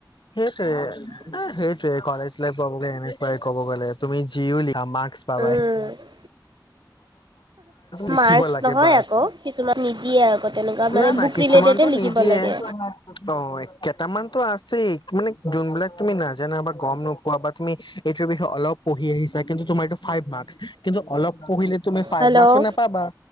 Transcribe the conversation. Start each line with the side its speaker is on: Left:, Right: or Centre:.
Left: সেইটোৱে সেইটোৱে। কলেজ লাইফ <unintelligible> এনেকুৱাই। ক'ব গ'লে তুমি জিও লি মাৰ্ক্স পাবাই।
Right: উম।
Left: লিখিব
Right: মাৰ্কচ
Left: লাগে
Right: নহয়
Left: বাছ।
Right: আকৌ কিছুমান নিদিয়ে আকৌ তেনেকুৱা মানে
Left: না না
Right: বুক
Left: কিছ
Right: ৰিলেটেডে
Left: কিছুমানটো
Right: লিখিব
Left: নিদিয়ে,
Right: লাগে।
Left: অ' কেইটামান। আছেই। মানে যোনবিলাক তুমি নাজানা বা গম নোপোৱা বা তুমি এইটোৰ বিষয়ে অলপ পঢ়ি আহিছা, কিন্তু তোমাৰ এইটো ফাইভ মাৰ্ক্স কিন্তু অলপ পঢ়িলে তুমি ফাইভ
Right: হেল্ল'।
Left: মাৰ্ক নাপাবা